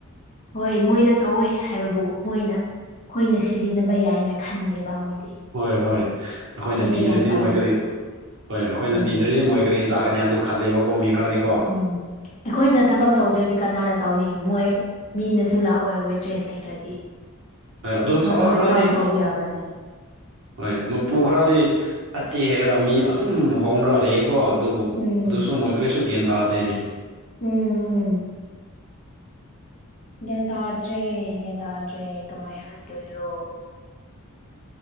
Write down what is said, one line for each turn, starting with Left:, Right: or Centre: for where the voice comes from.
Left: ꯍꯣꯏ ꯃꯣꯏꯗ ꯇꯧꯋꯦ ꯍꯥꯏꯕꯕꯨ ꯃꯣꯏꯅ ꯑꯩꯈꯣꯏꯅ ꯁꯤꯖꯤꯟꯅꯕ ꯌꯥꯏꯅ ꯈꯜꯂꯦꯕ ꯃꯣꯏꯗꯤ
Right: ꯍꯣꯏ ꯍꯣꯏ ꯑꯩꯈꯣꯏꯅ
Left: ꯑꯩꯗꯤ
Right: ꯄꯤꯗ꯭ꯔꯗꯤ
Left: ꯌꯥꯝ ꯇꯜꯂꯤ
Right: ꯃꯣꯏ ꯀꯔꯤ ꯍꯣꯏ ꯑꯩꯈꯣꯏꯅ
Left: ꯎꯝ
Right: ꯄꯤꯗ꯭ꯔꯗꯤ ꯃꯣꯏ ꯀꯔꯤ ꯆꯥꯒꯅꯤ ꯑꯗꯨ ꯈꯜꯂꯦꯕ ꯀꯣ ꯃꯤ ꯈꯔꯗꯤ
Left: ꯎꯝ ꯑꯩꯈꯣꯏꯅ ꯊꯕꯛ ꯇꯧꯗ꯭ꯔꯗꯤ ꯀꯅꯥꯅ ꯇꯧꯅꯤ ꯃꯣꯏ ꯃꯤꯅꯁꯨ ꯂꯥꯛꯑꯣꯏ ꯋꯦꯇ꯭ꯔꯦꯁ ꯂꯩꯇ꯭ꯔꯗꯤ
Right: ꯍ ꯑꯗꯨ ꯊꯕꯛ
Left: ꯃꯣꯏ ꯃꯣꯏ
Right: ꯈꯔꯗꯤ
Left: ꯁꯥꯔꯐ ꯇꯧꯕ ꯌꯥꯕ꯭ꯔꯅꯦ
Right: ꯍꯣꯏ ꯃꯄꯨ ꯈꯔꯗꯤ ꯑꯠꯇꯦ ꯍꯥꯏꯔ ꯃꯤ ꯑꯗꯨꯝ ꯍꯣꯡꯅ꯭ꯔ ꯂꯩ ꯀꯣ ꯑꯗꯨꯕꯨ
Left: ꯎꯝ
Right: ꯑꯗꯨꯁꯨ ꯃꯣꯏ ꯀꯔꯤꯁꯨ ꯒ꯭ꯌꯥꯟ ꯇꯥꯗꯦꯅꯦ
Left: ꯎꯝ ꯎꯝ ꯒ꯭ꯌꯥꯟ ꯇꯥꯗ꯭ꯔꯦ ꯒ꯭ꯌꯥꯟ ꯇꯥꯗ꯭ꯔꯦ ꯀꯃꯥꯏ ꯍꯥꯏꯗꯣꯏꯔꯣ